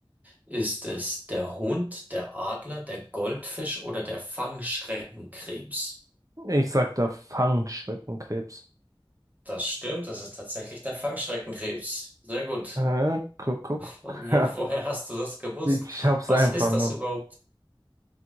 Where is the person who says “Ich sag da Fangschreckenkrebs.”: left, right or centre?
Right